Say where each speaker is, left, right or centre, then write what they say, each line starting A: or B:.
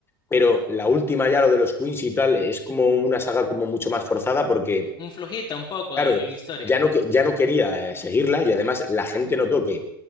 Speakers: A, on the left; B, on the left.
A: Pero la última ya, lo de los Queens y tal, es como una saga como mucho más forzada porque,
B: Un flojita, un poco
A: claro,
B: en, en historia.
A: ya no, ya no quería eh, seguirla y además la gente notó que